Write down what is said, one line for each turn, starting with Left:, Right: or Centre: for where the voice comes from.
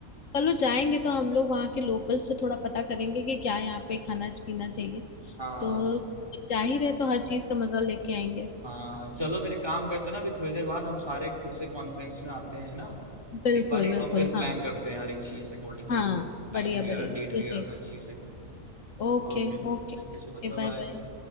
Left: चलो जाएंगे तो हम लोग वहाँ के लोकल से थोड़ा पता करेंगे कि क्या यहाँ पे खाना पीना चाहिए
Right: हाँ
Left: तो जब जा ही रहे तो हर चीज का मजा लेके आएंगे
Right: हाँ चलो फिर एक काम करते हैं ना अभी थोड़ी देर बाद हम सारे फिर से कॉन्फ्रेंस में आते हैं ना
Left: बिल्कुल
Right: एक बारी
Left: बिल्कुल
Right: और फिर प्लान
Left: हाँ
Right: करते हैं हर एक चीज अकॉर्डिंगली
Left: हाँ
Right: ना टाइम
Left: बढ़िया
Right: वगैरह
Left: बढ़िया
Right: डेट वगैरह
Left: ये से
Right: सारी चीजें
Left: ओके
Right: Okay thank
Left: Okay
Right: you so much bye
Left: bye
Right: bye
Left: bye